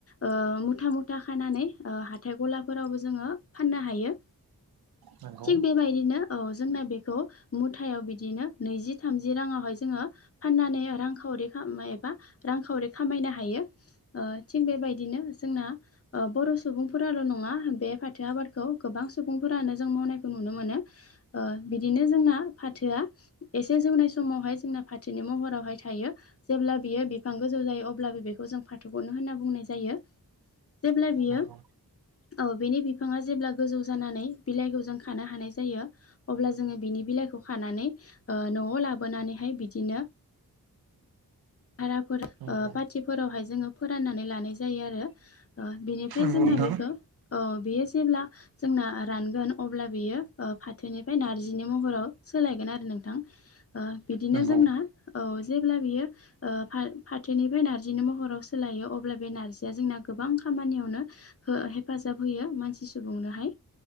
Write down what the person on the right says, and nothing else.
नंगौ
नंगौ
नंगौ
नंगौ
नोंथां
नंगौ